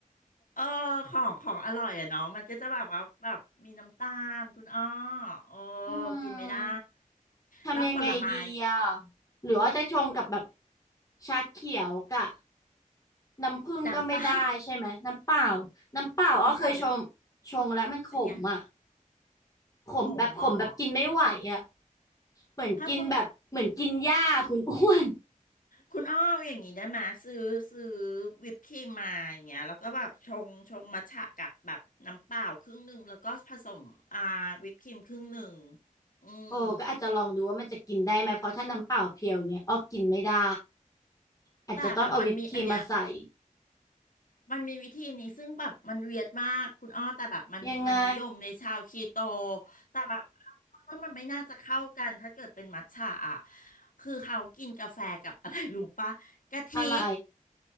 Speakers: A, on the left; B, on the left.
A: เออของของอร่อยอะเนาะมันก็จะแบบว่าแบบมีน้ำตาลคุณอ้อโอ้
B: อื
A: กินไม่ได้
B: มทำยังไงดีอ่ะ
A: แล้วผลไม้
B: หรืออ้อจะชงกับแบบ
A: ก็
B: ชาเขียวกะน้ำผึ้งก็ไม่ได้ใช่ไหมน้ำเปล่า
A: น้ำเปล่า
B: น้ำเปล่าอ้อเคยชง
A: น้ำเปล่าได้ไหม
B: ชงแล้วมันขมอ่ะ
A: เป็นไง
B: ขมแบบขมแบบกินไม่ไหวอ่ะ
A: ผมหมอ
B: เหมือนกินแบบเหมือนกินหญ้าคุณอ้วน
A: ถ้าคุณ คุณอ้ออย่างนี้ได้ไหมซื้อซื้อวิปครีมมาอย่างเงี้ยแล้วก็แบบชงชงมัทฉะกับแบบน้ำเปล่าครึ่งหนึ่งแล้วก็ผสมอ่าวิปครีมครึ่งหนึ่งอืม
B: โอ้ก็อาจจะลองดูว่ามันจะกินได้ไหมเพราะถ้าน้ำเปล่าเพียวเนี้ยอ้อกินไม่ได้ อาจจะต้องเอาวิปครีมมาใส่
A: แต่แบบมันมีอันเนี้ยมันมีวิธีนี้ซึ่งแบบมันเวียดมากคุณอ้อแต่แบบมันมันนิยมในชาวคีโต
B: ยังไง
A: แต่แบบว่ามันไม่น่าจะเข้ากันถ้าเกิดเป็นมัทฉะอ่ะคือเขากินกาแฟกับอะไรรู้ปะกะทิ
B: อะไร